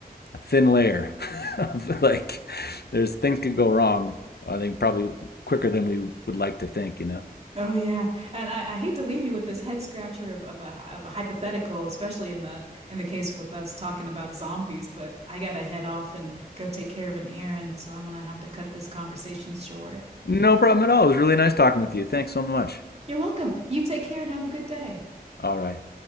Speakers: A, on the left; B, on the right.
A: a thin layer. <laughs> of, like, there's things could go wrong. I think probably quicker than we would like to think. You know,
B: Oh yeah, and I, I hate to leave you with this head scratcher of, of a of a hypothetical, especially in the in the case with us talking about zombies. But I gotta head off and go take care of an errand, so I'm gonna have to cut this conversation short.
A: no problem at all. It was really nice talking with you. Thanks so much.
B: You're welcome. You take care and have a good day.
A: All right.